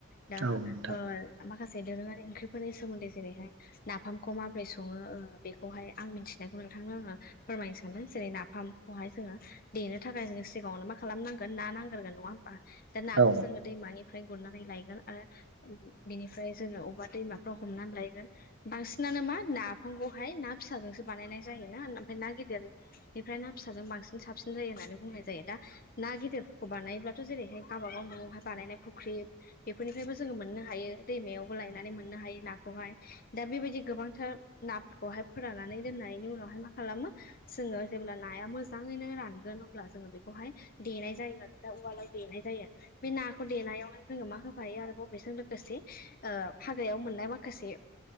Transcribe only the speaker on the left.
दा
ओह माख माखासे दोरोङारि ओंख्रिफोरनि सोमोन्दै जेरैहाय नाफामखौ माबोरै सङो ओह बेखौहाय आं मिथिनायखौ नोंथांनो आङो फोरमायनो सानदों जेरै नाफामखौहाय जोङो देनो थाखाय जोङो सिगाङावनो मा खालामनांगोन ना नांग्रोगोन नङा होमबा
बेखौ जोङो दैमानि फ्राय गुरनानै लायगोन आरो बिनिफ्राय जोङो अबेबा दैमाफ्राव हमनानै लायगोन बांसिनानो नानो मा नाफामखौहाय ना फिसाजोंसो बानायनाय जायो ना ओमफ्राय ना गिदिरनिफ्राय ना फिसाजों बांसिन सिन साबसिन जायो होननानै बुंनाय जायो दा ना गिदिरफोरखौ बानायोब्लाथ' जेरैहाय गावबागाव न' न'आवहाय बानायनाय फुख्रि बेफोरनिफ्रायबो जोङो मोननो हायो दैमायावबो लायनानै मोननो हायो नाखौहाय दा बेबायदि गोबांथार नाफोरखौहाय फोराननानै दोननायनि उनावहाय मा खालामो जोङो जेब्ला नाया मोजाङैनो रानगोन अब्ला जोङो बेखौहाय देनाय जायो आरो दा उवालाव देनाय जायो बे नाखौ देनायावहाय जोङो मा होफायो आरोबाव बेजों लोगोसे ओह हाग्रायाव मोननाय माखासे